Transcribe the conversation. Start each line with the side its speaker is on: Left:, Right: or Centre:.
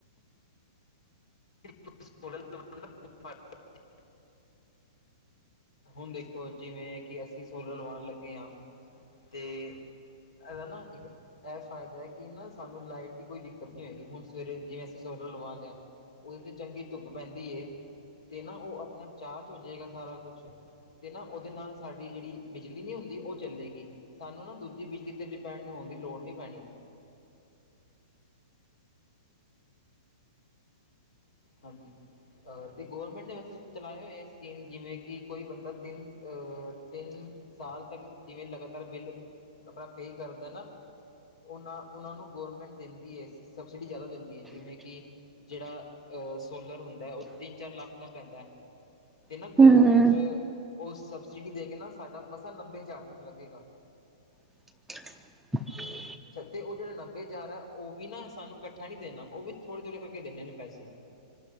Left: <unintelligible> ਹੁਣ ਦੇਖੋ ਜਿਵੇ ਕਿ ਅਸੀ ਸੋਲਰ ਲਵਾਨ ਲੱਗੇ ਹਾਂ ਤੇ- ਇਹਦਾ ਨਾ ਇੱਕ ਇਹ ਫਾਇਦਾ ਹੈ ਕਿ ਨਾ ਸਾਨੂੰ ਲਾਈਟ ਦੀ ਕੋਈ ਦਿੱਕਤ ਨੀ ਹੋਏਗੀ ਹੁਣ ਸਵੇਰੇ ਜਿਵੇਂ ਅਸੀਂ ਲਵਾ ਲਿਆ ਉਹਦੇ ਤੇ ਚੰਗੀ ਧੁੱਪ ਪੈਂਦੀ। ਤੇ ਨਾ ਉਹ ਆਪਣੇ ਆਪਚਾਰਜ ਹੋ ਜਾਏਗਾ ਸਾਰਾ ਕੁ ਤੇ ਨਾ ਉਹਦੇ ਨਾਲ ਸਾਡੀ ਜਿਹੜੀ ਬਿਜਲੀ ਨਹੀ ਹੁੰਦੀ ਉਹ ਚੱਲੇਗੀ। ਸਾਨੂੰ ਨਾ ਦੂਜੀ ਬਿਜਲੀ ਤੇ ਡਿਪੈਂਡ ਹੋਣ ਦੀ ਲੋੜ ਨਹੀ ਪੈਣੀ। ਹਾਂਜੀ ਤੇ ਗੌਰਮੈਂਟ ਨੇ ਵੈਸੇ ਚਲਾਇਓ ਇਹ ਸਕੀਮ ਜਿਵੇਂ ਕਿ ਕੋਈ ਬੰਦਾ ਤਿੰਨ ਤਿੰਨ ਸਾਲ ਤੱਕ ਜਿਵੇਂ ਲਗਾਤਾਰ ਬਿੱਲ ਆਪਣਾ ਪੇ ਕਰਦਾ ਨਾ। ਉਹਨਾਂ ਉਹਨਾਂ ਨੂੰ ਗੌਰਮੈਂਟ ਦਿੰਦੀ ਹੈ ਸਬਸਿਡੀ ਜ਼ਿਆਦਾ ਦਿੰਦੀ ਹੈ ਜਿਵੇਂ ਕਿ ਜਿਹੜਾ ਅਹ ਸੋਲਰ ਹੁੰਦਾ ਉਹ ਤਿੰਨ ਚਾਰ ਲੱਖ ਦਾ ਪੈਂਦਾ ਹੈ ਤੇ ਨਾ
Centre: ਨਹੀਂ
Left: ਗੌਰੌਰਮੈਂਟ
Centre: ਹਮ
Left: ਉਹ ਸਬਸਿਡੀ ਦੇ ਕੇ ਨਾ ਸਾਡਾ ਮਸਾਂ ਨੱਬੇ ਹਜ਼ਾਰ ਤੱਕ ਲੱਗੇਗਾ
Centre: <unintelligible>
Left: ਅੱਛਾ ਤੇ ਉਹ ਜਿਹੜਾ ਨੱਬੇ ਹਜ਼ਾਰ ਹੈ ਉਹ ਵੀ ਨਾ ਸਾਨੂੰ ਇਕੱਠੇ ਨਹੀਂ ਦੇਣਾ ਉਹ ਵੀ ਥੋੜੇ ਥੋੜੇ ਕਰਕੇ ਦੇਣੇ ਨੇ ਪੈਸੇ